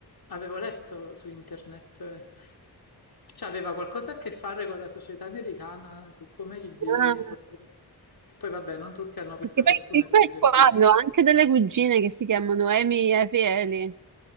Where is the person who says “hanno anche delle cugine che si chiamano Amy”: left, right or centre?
Right